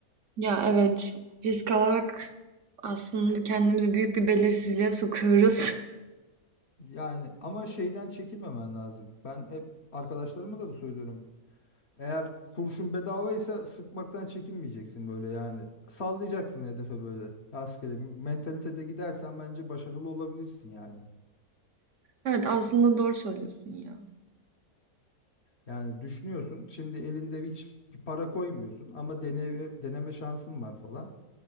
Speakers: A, on the right; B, on the left.
A: Ya evet. Risk alarak aslında kendimizi büyük bir belirsizliğe sokuyoruz. <laughs>
B: Yani ama şeyden çekinmemen lazım. Ben hep arkadaşlarıma da, da söylüyorum. Eğer kurşun bedavaysa sıkmaktan çekinmeyeceksin böyle yani. Sallayacaksın hedefe böyle rastgele bir mentalitede gidersen bence başarılı olabilirsin yani.
A: Evet aslında doğru söylüyorsun ya.
B: Yani düşünüyorsun şimdi elinde hiç bir para koymuyorsun ama deneme, deneme şansın var falan.